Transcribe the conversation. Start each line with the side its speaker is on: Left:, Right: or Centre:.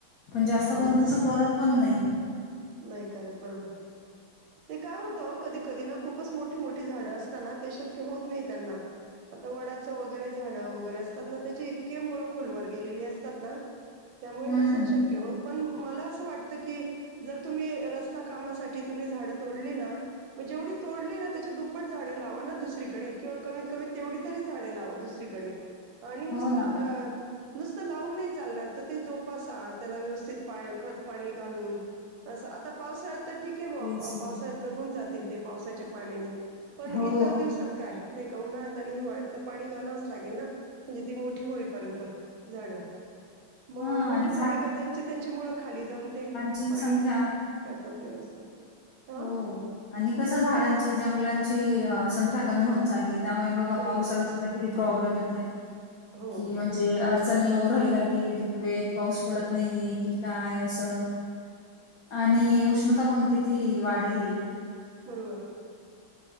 Left: पण जास्त
Right: हो
Left: करून तसं करत पण नाही..
Right: नाही करत बरोबर... ते काय होतं कधी कधी ना खूपच मोठी मोठी झाडं असताना ते शक्य होत नाही त्यांना... आता वडाचं वगैरे झाडं वगैरे असतात ना त्याचे इतके मुळं खोलवर गेलेली असतात ना... त्यामुळे
Left: हम्म,
Right: नसेल शक्य होत पण मला असं वाटत की... जर तुम्ही रस्ता कामासाठी तुम्ही झाडं तोडली ना मग जेवढे तोडले ना त्याच्या दुप्पट झाड.... लावा ना दुसरीकडे किंवा कमीत कमी तेवढी तरी झाडे लावा दुसरीकडे... आणि नुसतं
Left: हो ना,
Right: अ नुसत.. लावून नाही चालणार तर ते जोपासा त्याला व्यवस्थित खत पाणी घालून... असं आता पावसाळ्यात तर ठीक आहे बा
Left: तेच
Right: पावसाळ्यात
Left: ना.
Right: जगून जातील ते पावसाच्या पाण्याने पण
Left: हो.
Right: इतर दिवसात काय नाही का उन्हाळ्यात आणि हिवाळ्यात... पाणी घालावच लागेल ना म्हणजे ती मोठी होईपर्यंत झाड... मग
Left: हां
Right: मोठी
Left: आणि
Right: झाली का त्यांची त्यांची मुळ खाली जाऊन ते...
Left: ची
Right: पाणी
Left: संख्या..
Right: व्यवस्था... हा
Left: हो आणि कस झाडांची जंगलांची संख्या कमी होत चालली... त्यामुळे बघा
Right: बरोबर
Left: पावसाला सुधा किती प्रॉब्लेम येतय
Right: हो
Left: कि म्हणजे... अडचणी येऊ राहिला कि वेळेत पाऊस पडत नाहीे की काय असं... आणि उष्णता पण किती वाढली...
Right: बरोबर...